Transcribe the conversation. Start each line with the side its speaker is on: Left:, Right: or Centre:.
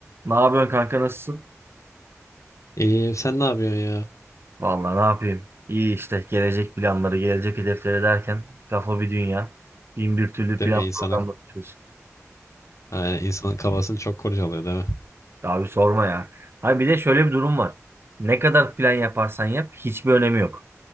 Right: Ne yapıyorsun kanka nasılsın?
Left: İyi, sen ne yapıyorsun ya?
Right: Vallahi ne yapayım? İyi işte gelecek planları, gelecek hedefleri derken kafa bir dünya. Bin bir türlü
Left: Değil
Right: plan
Left: mi? İnsanın,
Right: programla çalışıyorsun.
Left: e, insanın kafasını çok kurcalıyor değil mi?
Right: Abi sorma ya. Abi bir de şöyle bir durum var. Ne kadar plan yaparsan yap hiçbir önemi yok.